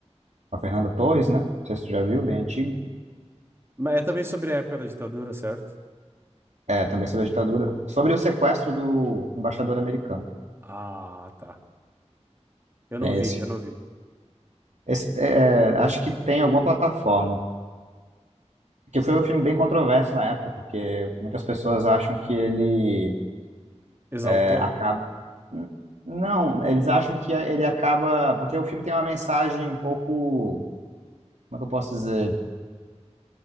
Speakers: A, on the right (about 85°); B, on the right (about 20°).
A: a Fernanda Torres, né? Não sei se tu já viu, bem antigo.
B: Mas é também sobre a época da ditadura, certo?
A: É, também sobre a ditadura. Sobre o sequestro do embaixador americano.
B: Ah, tá. Eu
A: Tem
B: não vi,
A: esse.
B: eu não vi.
A: Esse, é, é, acho que tem alguma plataforma. Que foi um filme bem controverso na época, porque muitas pessoas acham que ele
B: Exaltou?
A: é, acaba. N- Não, eles acham que ele acaba. Porque o filme tem uma mensagem um pouco. Como é que eu posso dizer?